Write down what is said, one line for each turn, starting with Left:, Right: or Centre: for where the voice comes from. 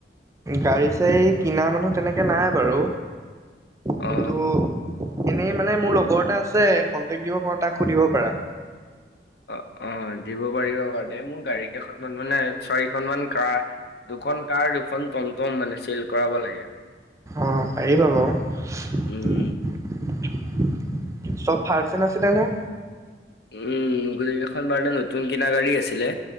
Right: গাড়ী চাৰী কিনা মানুহ তেনেকে নাই বাৰু, কিন্তু,
Left: অ
Right: এনেই মানে মোৰ লগৰ এটা আছে কন্টেক্ট দিব পাৰো তাক সুধিব পাৰা।
Left: অ অ দিব পাৰিবা বাৰু দেই। মোৰ গাড়ী কেইখনমান মানে চাৰিখন মান কাৰ দুখন কাৰ দুখন টমটম মানে চেল কৰাব লাগে।
Right: অ পাৰিবা বাৰু
Left: উম
Right: চব ফাৰ্চেন আছিল নে!
Left: উম গোটেই কেইখন বাৰনা নতুন কিনা গাড়ী আছিলে।